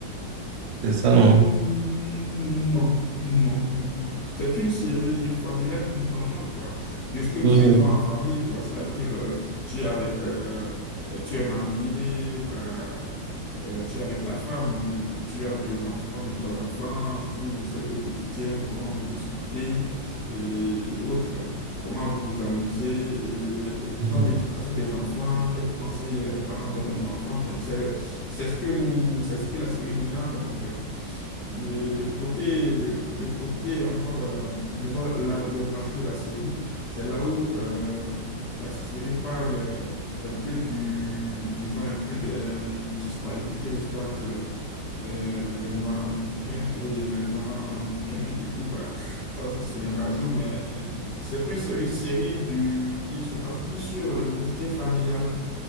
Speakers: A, on the right; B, on the left.
A: C'est ça,
B: Hmm,
A: non?
B: Non, non, non. non. C'est une série familiale normale, quoi, de ce que nous
A: Mhm.
B: faisons en famille, quoi. C'est-à-dire, euh, tu es avec, euh, euh, tu es marié, bah, euh, tu es avec ta femme, tu as deux enfants, bien trois enfants, ce que vous faites au quotidien, comment vous discutez et autres, comment vous vous amusez, et les- disons
A: Mhm.
B: l'éducation des enfants, quels conseils les parents donnent aux enfants. C'est c'est ce que nous, c'est ce que la série nous narre, donc. euh, et le côté, le, le côté encore, euh, disons, la- le rajout de la série, c'est là où euh, la série parle euh, un peu du, disons, un peu des disparités qui existent entre euh, les Noirs américains et les Blancs américains. Et du coup, bah, ça aussi, c'est un rajout, mais c'est plus une série du, qui se base plus sur le quotidien familial.